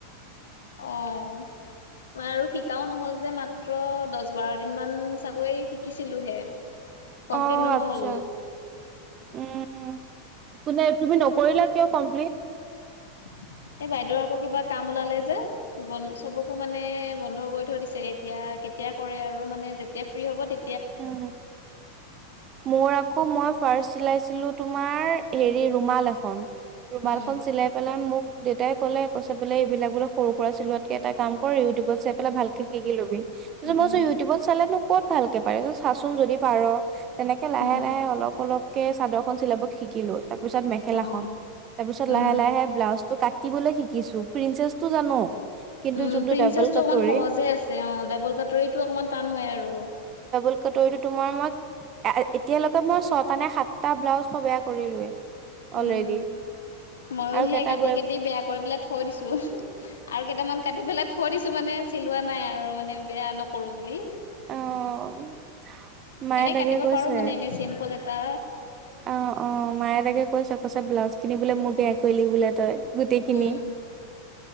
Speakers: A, on the left; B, on the right.
A: অ মানে আৰু শিকাও নহল যে মাত মাত্ৰ দছ -বাৰ দিন মান চাগৈ শিকিছিলোহে। কমপ্লিট
B: অ
A: নহল
B: আচ্ছা, উম কোনে তুমি ন নকৰিলা কিয় কমপ্লিট?
A: <inaudible> এ বাইদেউৰ আকৌ কিবা কাম ওলালে যে, বন- চবকো মানে বন্ধ কৰি থৈ দিছে এতিয়া। কে তিয়া কৰে আৰু, মানে যেতিয়া ফ্ৰী হ'ব তে
B: উম। মোৰ আকৌ মই ফাৰ্ছ চিলাইছ ছিলোঁ তোমাৰ হেৰি, ৰুমাল এখন। ৰুমালখন
A: উম
B: চিলাই পেলাই মোক দেউতাই ক'লে, কৈছে বোলে, এইবিলাক বোলে সৰু - সুৰা চিলোৱাতকে এটা কাম কৰ। ইউটিউবত চাই পেলাই ভালকে শিকি লবি। তাৰপিছত
A: উম
B: মই কৈছো ইউটিউবত চালে নো ক'ত ভালকে পাৰে ত চাচোন যদি পাৰ। তেনেকে লাহে-
A: উম
B: লাহে অলপ অলপকে চাদৰ এখন চিলাব শিকিলো। তাৰপিছত মেখেলাখন,
A: অ
B: তাৰপিছত
A: উম
B: লাহে- লাহে ব্লাউজটো কাট টিবলৈ শিকিছো প্ৰিন্চেছটো জানো। কিন্তু
A: উম
B: যোনটো
A: প্ৰিন্চেছটো
B: ডাবল কটৰী
A: অকণমান সহজে আছে, অ ডাবল কাটৰিটো অকমান টান হয় আৰু।
B: কাটৰিটো তোমাৰ মই, এতিয়ালেকে মই ছটা নে সাতটা ব্লাউজ মই বেয়া কৰিলোৱে। অলৰেডি
A: উম। ময়ও
B: আৰু
A: সেই
B: কেইটা
A: কাটি-
B: বয়
A: কাটি বেয়া কৰি পেলাই থৈ দিছো উমহু, আৰু কেইটামান কাটি পেলাই থৈ দিছো মানে চিলোৱা নাই আৰু মানে বেয়া নকৰো বুলি।
B: অ' মায়ে
A: এনে
B: তাকে
A: কাটিব
B: কৈছে
A: পাৰো মানে এনেই চিম্পল এটা।
B: অ অ মায়ে তাকে কৈছে কচে ব্লাউজখিনি বোলে মোৰ বেয়া কৰিলি বোলে তই। গোটেইখিনি।
A: উম,